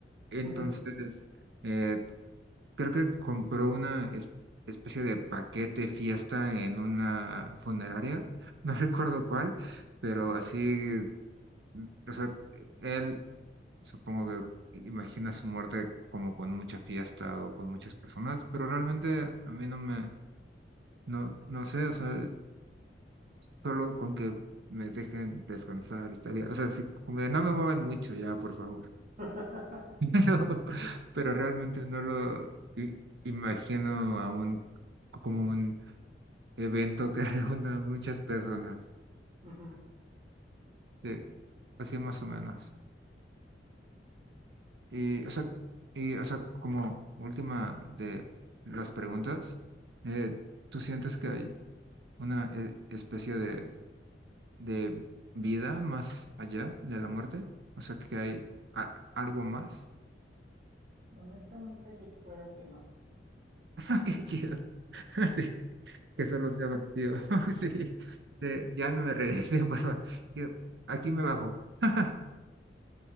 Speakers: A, on the right; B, on the right.
A: Entonces,
B: ujú.
A: eh, Creo que compró una es- especie de paquete fiesta en una funeraria, <laughs> no recuerdo cuál, pero así, mm, o sea, él supongo que imagina su muerte como con mucha fiesta o con muchas personas, pero realmente a mí no me, no, no sé, o sea, solo con que me dejen descansar estaría, o sea, si- como de no me muevan mucho ya, por favor.
B: <laughs>
A: Pero, <laughs> pero realmente no lo i- imagino a un, como un evento que <laughs> reúna a muchas personas,
B: Ujú,
A: eh, así más o menos. Y,
B: Sí,
A: o sea, y, o sea, como última de las preguntas, eh, ¿tú sientes que hay una eh, especie de, de vida más allá de la muerte? O sea, que hay a- algo más
B: honestamente yo espero que no.
A: <laughs> Qué chido. <laughs> Sí, que solo sea vacío. <laughs> Sí, eh, ya no me regresé, <laughs> por favor. Yo, aquí me bajo. <laughs>